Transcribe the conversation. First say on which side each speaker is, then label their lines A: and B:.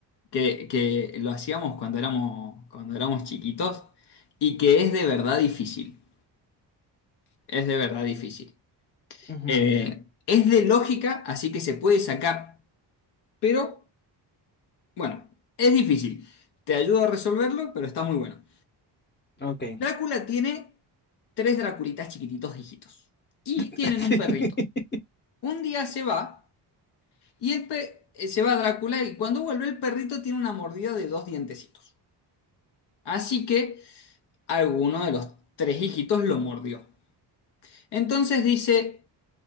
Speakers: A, on the left; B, on the left.
A: que, que lo hacíamos cuando éramos, cuando éramos chiquitos y que es de verdad difícil. Es de verdad difícil.
B: Ujú,
A: Eh, es de lógica, así que se puede sacar, pero bueno, es difícil. Te ayudo a resolverlo, pero está muy bueno.
B: Ok.
A: Drácula tiene tres Draculitas chiquititos hijitos y
B: <laughs>
A: tienen un perrito.
B: Sí.
A: Un día se va y el pe- eh, se va Drácula y cuando vuelve el perrito tiene una mordida de dos dientecitos. Así que alguno de los tres hijitos lo mordió. Entonces dice,